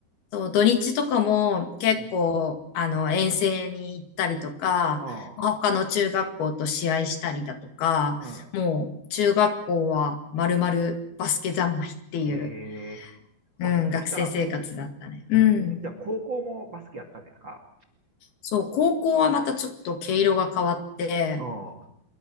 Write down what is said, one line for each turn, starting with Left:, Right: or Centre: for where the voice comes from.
Left: そう、土日とかも結構、
Right: うん。
Left: あの、遠征に行ったりとか、
Right: あ
Left: まあ他の中学校と試合したりだとか、
Right: あ、
Left: もう中学校は丸々バスケ三昧っていう、
Right: うん。ええ
Left: うん、
Right: あ、
Left: 学生生活だったね。
Right: そしたら、
Left: うん。
Right: うーん、じゃあ、高校もバスケやったんですか
Left: そう、高校はまたちょっと毛色が変わって、
Right: あ